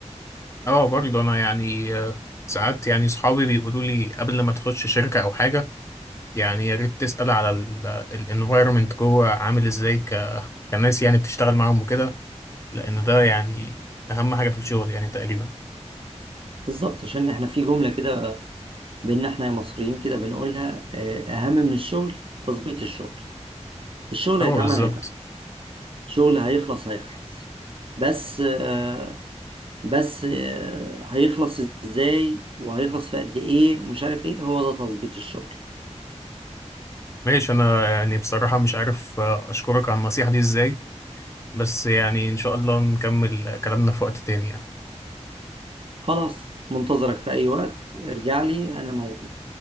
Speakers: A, on the left; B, on the right.
A: اه برضه انا يعني آه، ساعات يعني صحابي بيقولوا لي قبل ما تخش شركة او حاجة يعني يا ريت تسأل على الانفايرمنت جوه عامل ازاي ك- كناس يعني بتشتغل معاهم وكده لان ده يعني اهم حاجة في الشغل يعني تقريبا
B: بالظبط عشان احنا في جملة كده بينا احنا مصريين كده بنقولها آه، اهم من الشغل تظبيط الشغل الشغل
A: اه
B: هيتعمل
A: بالظبط
B: هيتعمل الشغل هيخلص هيخلص بس آه، بس آه، هيخلص ازاي وهيخلص في قد ايه ومش عارف ايه هو ده تظبيط الشغل
A: ماشي انا يعني بصراحة مش عارف آه، اشكرك على النصيحة دي ازاي بس يعني ان شاء الله نكمل كلامنا في وقت تاني يعني
B: خلاص منتظرك في اي وقت ارجع لي انا موجود